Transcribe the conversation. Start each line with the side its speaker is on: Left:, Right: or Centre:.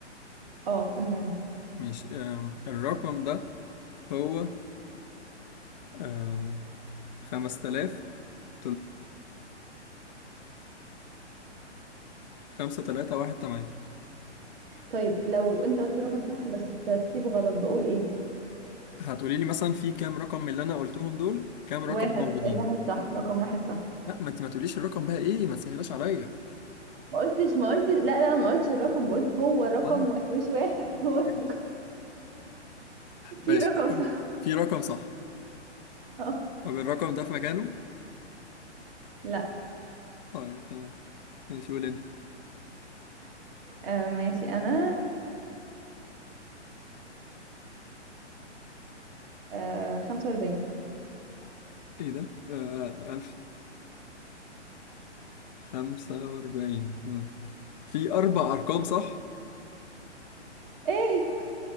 Right: اه ابدأ انت.
Left: ماشي آم، الرقم ده هو آم، 5318 5318
Right: طيب لو انت قلت رقم صح بس الترتيب غلط بقول ايه
Left: هتقولي لي مثلا في كام رقم من اللي انا قلتهم دول كام رقم
Right: واحد
Left: موجودين
Right: آه، واحد صح رقم واحد صح
Left: لا ما انت ما تقوليش الرقم بقى ايه ما تسهلاش عليا
Right: ما قلتش ما قلتش لا لا ما قلتش الرقم بقول هو رقم
Left: اه
Right: و... مش واحد <laughs> هو رقم
Left: ماشي
Right: في
Left: ماشي.
Right: رقم صح
Left: في رقم صح
Right: اه
Left: طب الرقم ده في مكانه
Right: لا
Left: طيب تمام ماشي قول انت
Right: آه ماشي انا 1845
Left: ايه ده آه 1845 مم. في اربع ارقام صح
Right: ايه